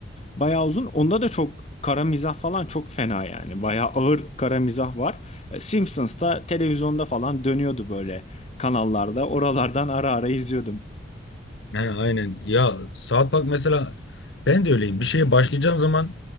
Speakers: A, on the left; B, on the left.
A: Bayağı uzun. Onda da çok kara mizah falan çok fena yani. Bayağı ağır kara mizah var. E, Simpsons'ta televizyonda falan dönüyordu böyle kanallarda. Oralardan ara ara izliyordum.
B: He, aynen. Ya South Park mesela ben de öyleyim. Bir şeye başlayacağım zaman